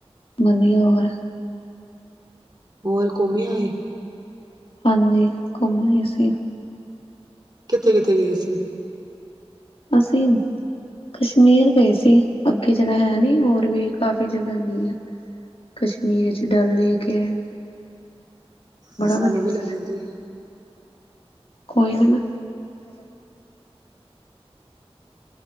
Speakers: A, on the left; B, on the right.
A: ਵਧੀਆ। ਹੋਰ?
B: ਹੋਰ ਘੁੰਮ ਆਏ?
A: ਹਾਂਜੀ ਘੁੰਮ ਆਏ ਅਸੀ।
B: ਕਿੱਥੇ-ਕਿੱਥੇ ਗਏ ਸੀ
A: ਤੁਸੀ? ਕਸ਼ਮੀਰ ਗਏ ਸੀ ਅੱਗੇ ਜੜਾ ਹੈ ਨੀ ਹੋਰ ਵੀ ਕਾਫ਼ੀ ਜਗਾ ਗਈ ਆਂ। ਕਸ਼ਮੀਰ 'ਚ ਡਲ ਲੇਕ ਏ।
B: ਅ ਸਾਨੂੰ
A: ਵਧੀਆ
B: ਵੀ ਲੈ ਜਾਂਦੇ।
A: ਕੋਈ ਨੀ ਮੈਂ